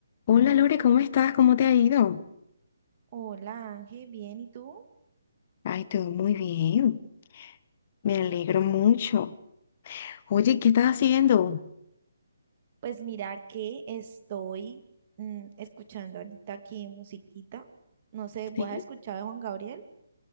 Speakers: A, on the left; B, on the right.
A: Hola Lore, ¿cómo estás? ¿Cómo te ha ido?
B: Hola Ángel, bien, ¿y tú?
A: Ay, todo muy bien. Me alegro mucho. Oye, ¿qué estás haciendo?
B: Pues mira que estoy mm, escuchando ahorita aquí musiquita. No sé, ¿vos
A: ¿Sí?
B: has escuchado de Juan Gabriel?